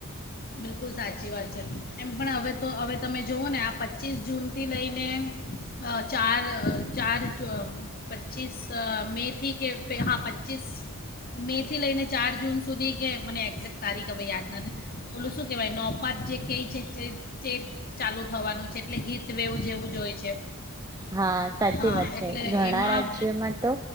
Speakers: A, on the left; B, on the right.
A: બિલકુલ સાચી વાત છે એમ પણ હવે. તો હવે તમે જુઓ ને આપ પચીસ જૂનથી લઈને. <unintelligible> ચાર ચાર ચ પચ્ચીસ મે થી કે હા પચ્ચીસ મે થી લઈને ચાર જૂન સુધી કે મને એક્ઝેકટ તારીખ હવે યાદ નથી. ઓલું શું કહેવાય નવપાત જે કેઈ છે તે તે ચાલુ થવાનું છે એટલે હીટવેવ જેવું જ હોય છે.
B: હા, સાચી
A: હા
B: વાત છે.
A: એટલે
B: ઘણા
A: એમાં
B: રાજ્યોમાં તો